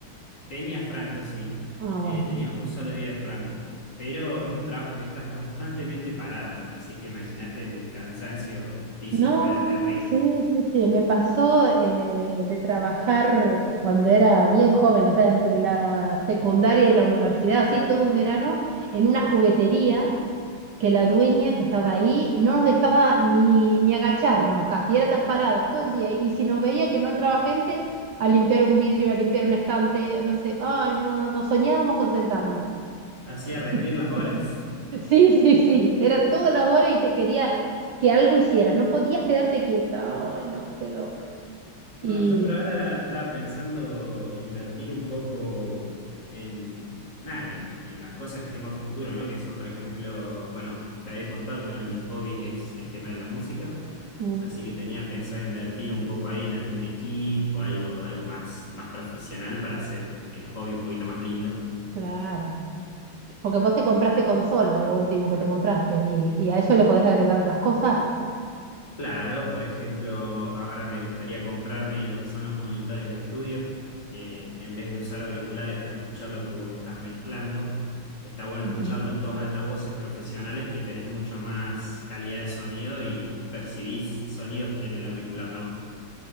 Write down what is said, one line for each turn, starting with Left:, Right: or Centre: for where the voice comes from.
Left: Tenía franco, sí.
Right: Ah, bueno.
Left: Eh, tenía un solo día de franco. Pero es un trabajo que estás constantemente parado. Así que imagínate el cansancio físico
Right: No,
Left: era terrible.
Right: sí, sí, sí, me pasó eh, de, de trabajar cuando era bien joven, o sea, entre la secundaria y la universidad, así todo un verano, en una juguetería que la dueña que estaba ahí no nos dejaba ni, ni agacharnos casi, era ta- paradas todo el día, y y si nos veía que no entraba gente, a limpiar un vidrio, a limpiar un estante, no sé, ay, no, no, no soñábamos con sentarnos.
Left: Hacía rendir
Right: <laughs>
Left: las horas.
Right: Sí, sí, sí. Era todas las horas y te quería que algo hicieras. No podías quedarte quieta. Ay, no, qué loca.
Left: No,
Right: Y
Left: yo por ahora estaba pensando invertir un poco en, nada, en, el- en las cosas que tengo a futuro, ¿no? Que son, por ejemplo, bueno, que te había contado que uno de mis hobbies es el tema de la música,
Right: mm,
Left: así que tenía pensado invertir un poco ahí en algún equipo, algo, algo más, más profesional para hacer el hobby un poquito más lindo.
Right: claro. Porque vos te compraste consola, lo último que te compraste, y, y a eso le podés agregar otras cosas.
Left: Claro, por ejemplo, ahora me gustaría comprarme lo que son los monitores de estudio, que en vez de usar auriculares para escuchar lo que vos estás mezclando, está bueno
Right: Ujú.
Left: escucharlo en dos altavoces profesionales que tenés mucho más calidad de sonido y percibís sonidos que en el auricular no.